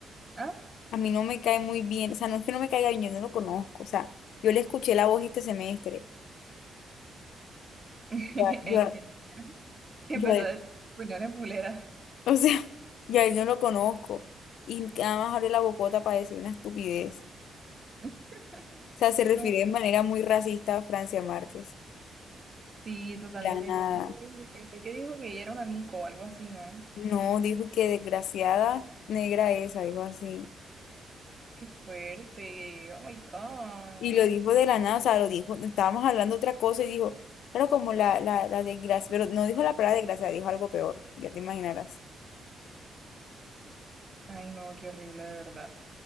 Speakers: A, on the right (about 30°); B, on the left (about 85°).
A: ah,
B: a mí no me cae muy bien, o sea, no es que no me caiga bien, yo no lo conozco, o sea, yo le escuché la voz este semestre.
A: <laughs>
B: O sea, Yo,
A: que empezó
B: yo,
A: a decir, pues no eres fulera.
B: O sea, <laughs> y a él no lo conozco. Y nada más abre la bocota para decir una estupidez.
A: <laughs>
B: O sea, se refiere
A: No,
B: de manera muy racista a Francia Márquez.
A: sí, totalmente.
B: La nada.
A: Fue el que dijo que ella era un amigo o algo así, ¿no?
B: No, dijo que desgraciada negra esa, dijo así.
A: Qué fuerte, oh my God.
B: Y lo dijo de la nada, o sea, lo dijo, estábamos hablando otra cosa y dijo, claro, como la, la, la desgracia, pero no dijo la palabra desgracia, dijo algo peor, ya te imaginarás.
A: Ay, no, qué horrible, de verdad.